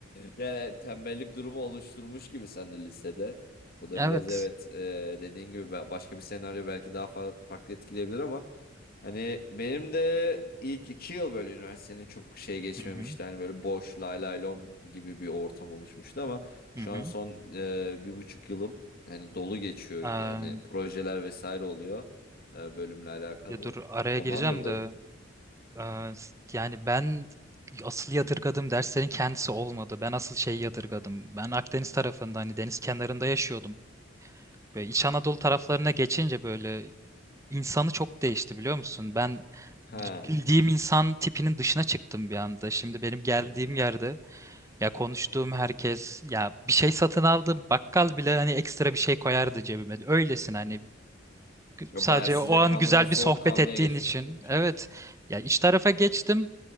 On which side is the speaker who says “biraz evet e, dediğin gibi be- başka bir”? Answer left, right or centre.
Left